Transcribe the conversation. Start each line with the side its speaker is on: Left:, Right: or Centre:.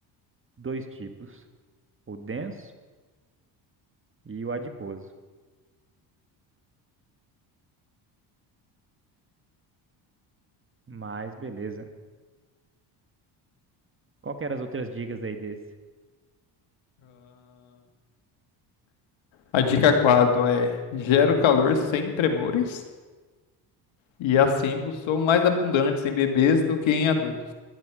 Right: dois tipos. O denso e o adiposo. Mas beleza. Qual que eram as outras dicas aí desse?
Left: A dica 4 é: gero calor sem tremores. E as 5 são mais abundantes em bebês do que em adultos.